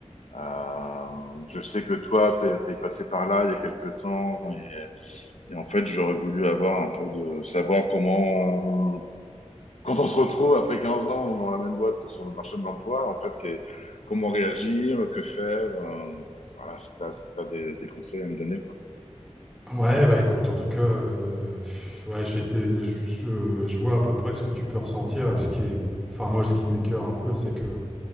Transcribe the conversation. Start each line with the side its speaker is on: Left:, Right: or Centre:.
Left: euh, je sais que toi, t'es, t'es passé par là il y a quelques temps. Et, et en fait, j'aurais voulu avoir un peu de savoir comment, on- quand on se retrouve après 15 ans dans la même boîte sur le marché de l'emploi, en fait, que- comment réagir, que faire. euh, voilà, si t'as, si t'as des, des conseils à me donner, quoi.
Centre: Ouais, bah écoute, en tout cas, euh, ouais, j'ai été, je, je- je vois à peu près ce que tu peux ressentir. Et puis ce qui est, enfin moi, ce qui m'écœure un peu, c'est que